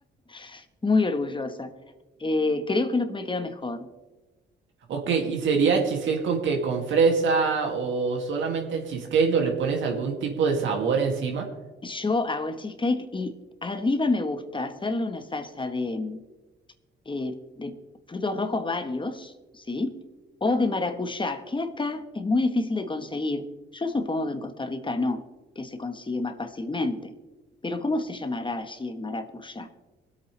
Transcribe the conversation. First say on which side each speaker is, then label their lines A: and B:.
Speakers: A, on the left (about 25°); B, on the right (about 70°).
A: <laughs> muy orgullosa. Eh, creo que es lo que me queda mejor.
B: Ok, ¿y sería cheesecake con qué? ¿Con fresa o solamente el cheesecake o le pones algún tipo de sabor encima?
A: Yo hago el cheesecake y arriba me gusta hacerle una salsa de, eh, de frutos rojos varios, ¿sí? O de maracuyá, que acá es muy difícil de conseguir. Yo supongo que en Costa Rica no, que se consigue más fácilmente. Pero ¿cómo se llamará allí el maracuyá?